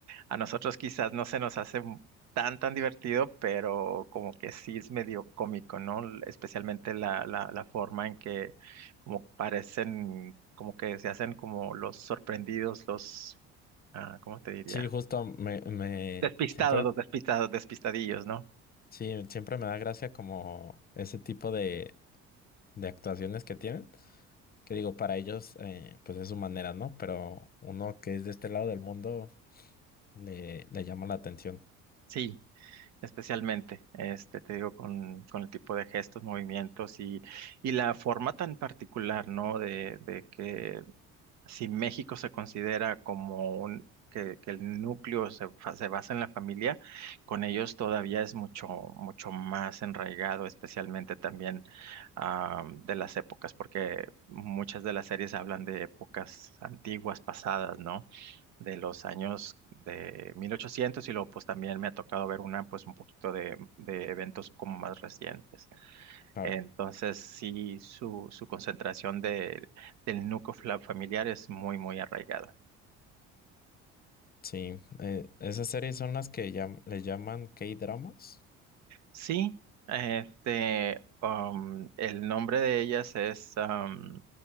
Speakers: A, on the right; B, on the left.
A: a nosotros quizás no se nos hace m- tan tan divertido, pero como que sí es medio cómico, ¿no? L- Especialmente la, la, la forma en que como parecen, como que se hacen como los sorprendidos, los, ah, ¿cómo te diría?
B: Sí, justo me, me
A: Despistados,
B: siempre,
A: los despistados, despistadillos, ¿no?
B: sí, siempre me da gracia como ese tipo de, de actuaciones que tienen, que digo, para ellos, eh, pues es su manera, ¿no? Pero uno que es de este lado del mundo le, le llama la atención.
A: Sí, especialmente, este, te digo, con, con el tipo de gestos, movimientos y, y la forma tan particular, ¿no? De, de que si México se considera como un, que, que el núcleo se, fa- se basa en la familia, con ellos todavía es mucho, mucho más enraigado, especialmente también ah, de las épocas, porque muchas de las series hablan de épocas antiguas, pasadas, ¿no? de los años de 1800 y luego pues también me ha tocado ver una pues un poquito de, de eventos como más recientes.
B: claro
A: Entonces sí, su, su concentración de, del núcleo fla- familiar es muy, muy arraigado.
B: Sí, eh, esas series son las que llam- le llaman K-dramas.
A: Sí, este, um, el nombre de ellas es um,